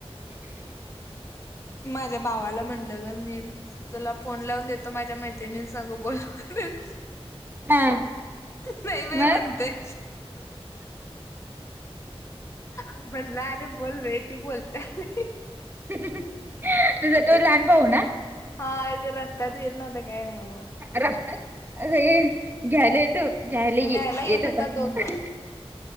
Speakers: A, on the right; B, on the left.
A: <unintelligible>
B: माझ्या भावाला म्हणलं ग मी, तुला फोन लावून दे तू माझ्या मैत्रिणीला सांगू बोल म्हणून
A: हा
B: नाहीं बाई
A: मग
B: म्हणतंय. म्हणलं अरे बोलं रे ती बोलत्यां.
A: तुझां तो लहांन भाऊ नां.
B: हां रस्त्यांत येतं नव्हतां कायं न्यांयला.
A: रस्त्यांत अं घ्यांयला येतो. द्यांयला
B: न्यायला येत
A: येतांत
B: होता तो
A: मं
B: ग.